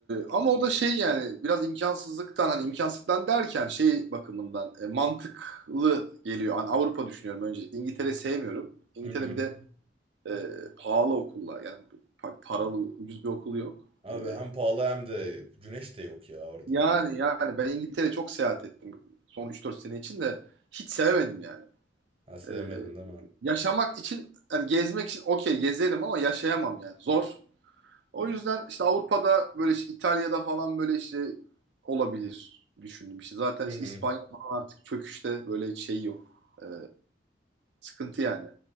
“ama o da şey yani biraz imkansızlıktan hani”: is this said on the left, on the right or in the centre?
Right